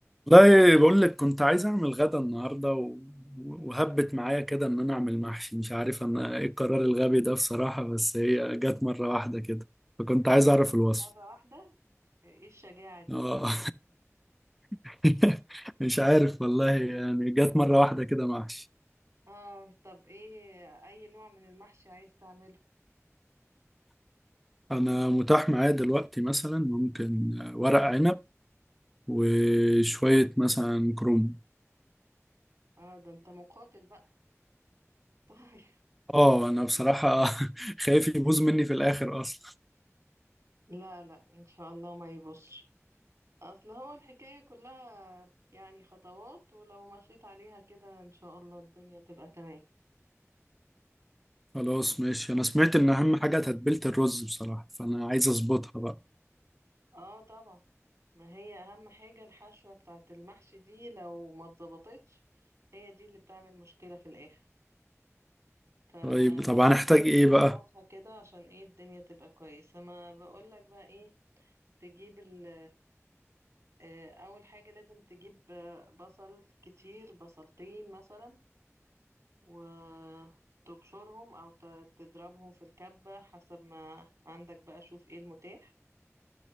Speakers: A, in the centre; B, on the right.
A: والله بقول لك كنت عايز اعمل غدا النهارده و... وهبت معايا كده ان انا اعمل محشي مش عارف انا ايه القرار الغبي ده بصراحه بس هي جت مره واحده كده فكنت عايز اعرف الوصف
B: مرة واحدة ايه الشجاعة دي
A: اه <laughs> مش عارف والله يعني جت مره واحده كده محشي
B: اه طب ايه اي نوع من المحشي عايز تعمله
A: انا متاح معايا دلوقتي مثلا ممكن ورق عنب وشويه مثلا كروم
B: اه ده انت مقاتل بقى <laughs> طيب
A: اه انا بصراحه <laughs> خايف يبوظ مني في الاخر اصلا
B: لا لا ان شاء الله ما يبصش اصل هو الحكاية كلها يعني خطوات ولو مشيت عليها كده ان شاء الله الدنيا تبقى تمام
A: خلاص ماشي انا سمعت ان اهم حاجه تتبيله الرز بصراحه فانا عايز اظبطها بقى
B: اه طبعا ما هي اهم حاجة الحشوة بتاعت المحشي دي لو ما اتظبطتش هي دي اللي بتعمل مشكلة في الاخر ف...
A: طيب طب
B: فانت
A: هنحتاج
B: حاول
A: ايه
B: تظبطها
A: بقى
B: كده عشان ايه الدنيا تبقى كويسة ما بقولك بقى ايه تجيب ال آه، اول حاجة لازم تجيب آه، بصل كتير بصلتين مثلا وتبشرهم او ت- تضربهم في الكبة حسب ما عندك بقى شوف ايه المتاح